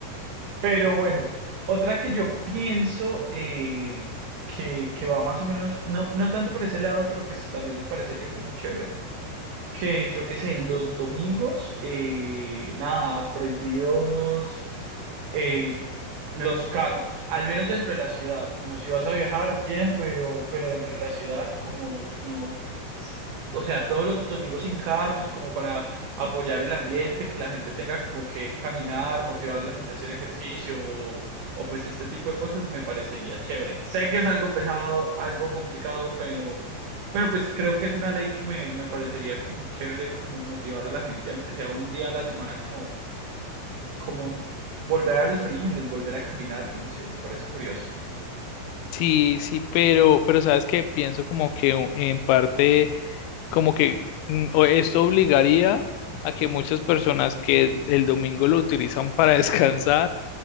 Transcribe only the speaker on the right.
Pero bueno, otra que yo pienso eh, que, que va más o menos, no, no tanto por ese lado, pero pues también me parecería como chévere que yo qué sé, los domingos, eh, nada, prohibidos. eh, los carros, al menos dentro de la ciudad, como si vas a viajar, bien, pero, pero dentro de la ciudad, como no, s- o sea, todos los domingos sin carros, como para apoyar el ambiente, que la gente tenga como que caminar, motivar a la gente a hacer ejercicio o, o pues este tipo de cosas, me parecería chévere. Sé que es algo pesado, algo complicado, pero, pero pues creo que es una ley que me, me parecería como chévere, como motivar a la gente, aunque sea un día a la semana, como como volver a los orígenes, volver a caminar, no sé, me parece curioso.